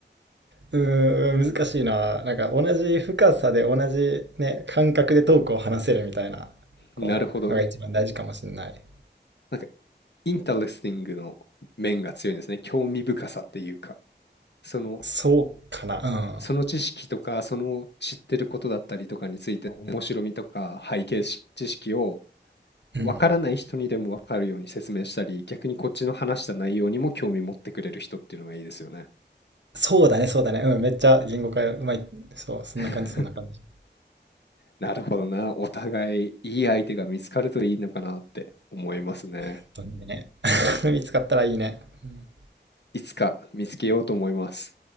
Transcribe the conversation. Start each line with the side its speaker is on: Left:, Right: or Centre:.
Right: うーん、難しいな。なんか同じ深さで同じね、感覚でトークを話せるみたいな、こう、
Left: なるほど。
Right: のが一番大事かもしれない。
Left: なんかインタレスティングの面が強いんですね。興味深さっていうか、その、
Right: そうかな。
Left: その知識とか、その知ってることだったりとかについて、面白みとか背景し知識を
Right: うん。
Left: 分からない人にでも分かるように説明したり、
Right: うん
Left: 逆にこっちの話した内容にも興味持ってくれる人っていうのがいいですよね。
Right: そうだね、そうだね。うん、めっちゃ言語化うまい。そう、そんな感じ、
Left: <laughs>
Right: そんな感じ。
Left: なるほどな。お互いいい相手が見つかるといいのかなって思いますね。
Right: 本当にね。<laughs> 見つかったらいいね。うん
Left: いつか見つけようと思います。